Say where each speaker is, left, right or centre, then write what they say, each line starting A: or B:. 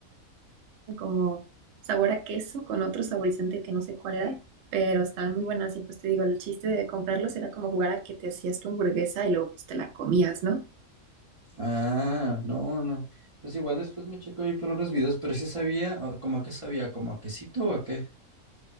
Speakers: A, on the right; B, on the right.
A: como sabor a queso con otro saborizante que no sé cuál era, pero estaban muy buenas y pues te digo, el chiste de comprarlos era como jugar a que te hacías tu hamburguesa y luego pues te la comías, ¿no?
B: Ah, no, no. Pues igual después me checo ahí por unos videos, pero sí sabía, o- como qué sabía, como a quesito o a qué.